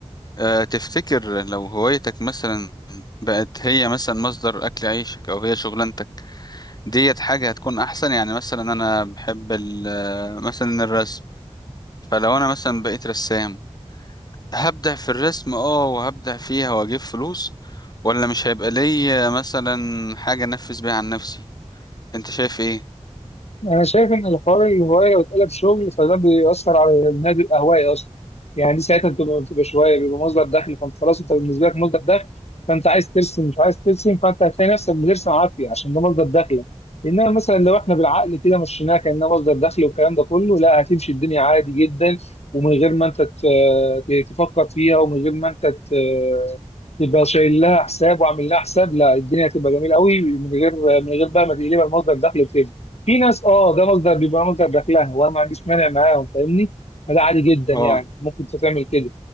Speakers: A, on the left (about 35°); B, on the left (about 65°).
A: آه، تفتكر لو هوايتك مثلا بقت هي مثلا مصدر أكل عيشك أو هي شغلانتك ديت حاجة هتكون أحسن يعني مثلا أنا بحب ال- آه، مثلا الرسم فلو أنا مثلا بقيت رسام هبدع في الرسم اه وهبدع فيها وأجيب فلوس ولا مش هيبقى ليا مثلا حاجة أنفذ بيها عن نفسي أنت شايف إيه؟
B: انا شايف ان الحوار الهوايه لو اتقلب شغل فده بيأثر على النادي الهوايه اصلا يعني دي ساعتها بتبقى بتبقى شويه بيبقى مصدر دخل فانت خلاص انت بالنسبه لك مصدر دخل فانت عايز ترسم مش عايز ترسم فانت هتلاقي نفسك بترسم عافيه عشان ده مصدر دخلك انما مثلا لو احنا بالعقل كده مشيناها كانها مصدر دخل والكلام ده كله لا هتمشي الدنيا عادي جدا ومن غير ما انت ت- تفكر فيها ومن غير ما انت ت- تبقى شايل لها حساب وعامل لها حساب لا الدنيا هتبقى جميله قوي من غير من غير بقى ما تقلبها لمصدر دخل وكده في ناس اه ده مصدر بيبقى مصدر دخلها وانا ما عنديش مانع معاهم فاهمني فده عادي جدا
A: اه
B: يعني ممكن تعمل كده